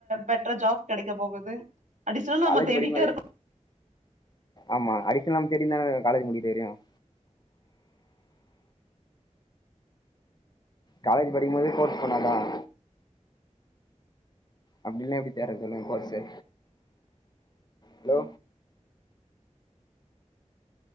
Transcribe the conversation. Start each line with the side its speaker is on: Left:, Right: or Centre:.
Right: பெட்டரா ஜாப் கெடைக்க போகுது அடிஷ்னலா
Left: காலேஜ்
Right: நம்ம தேடிட்டே
Left: படிக்கும்போதே
Right: இருக்
Left: ஆமா அடிக்ஷன் நாம தேடின்னு தானே காலேஜ் முடிக்கறவரையும் காலேஜ் படிக்கும்போதே கோர்ஸ் பண்ணாதான் அப்படல்லாம் எப்படி தேடுறது சொல்லுங்க course hello